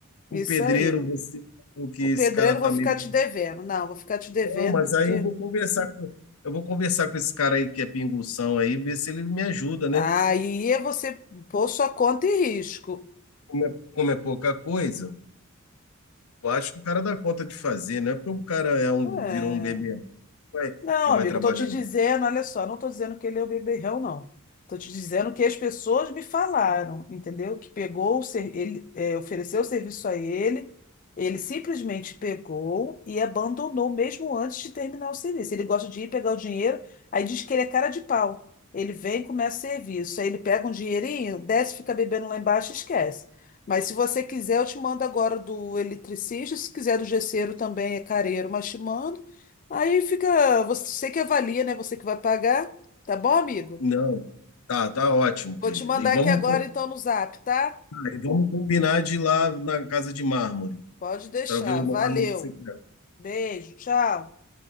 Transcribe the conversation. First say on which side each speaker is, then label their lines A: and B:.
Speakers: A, on the left; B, on the left.
A: O
B: Isso
A: pedreiro,
B: aí.
A: você falou que
B: O
A: esse
B: pedreiro
A: cara
B: eu
A: tá
B: vou ficar
A: meio.
B: te devendo. Não, vou ficar te devendo
A: Não, mas
B: porque
A: aí eu vou conversar com, eu vou conversar com esse cara aí que é pinguição aí, ver se ele me ajuda, né?
B: aí é você pôr sua conta em risco.
A: Como é, como é pouca coisa, eu acho que o cara dá conta de fazer, não é porque o cara é um,
B: É.
A: virou um bebê, não vai,
B: Não,
A: não
B: amigo,
A: vai trabalhar.
B: tô te dizendo, olha só, não tô dizendo que ele é o beberrão, não. Tô te dizendo que as pessoas me falaram, entendeu? Que pegou, o ser- ele é, ofereceu o serviço a ele, ele simplesmente pegou e abandonou mesmo antes de terminar o serviço. Ele gosta de ir pegar o dinheiro, aí diz que ele é cara de pau. Ele vem e começa o serviço, aí ele pega um dinheirinho, desce, fica bebendo lá embaixo e esquece. Mas se você quiser, eu te mando agora do eletricista, se quiser do gesseiro também é careiro, mas te mando. Aí fica você que avalia, né? Você que vai pagar. Tá bom, amigo?
A: Não, tá, tá ótimo, querida.
B: Vou te mandar
A: E vamos,
B: aqui agora,
A: co-
B: então, no Zap, tá?
A: Ah, e vamos combinar de ir lá na Casa de Mármore,
B: Pode deixar.
A: para ver o
B: Valeu.
A: mármore que você quer.
B: Beijo, tchau.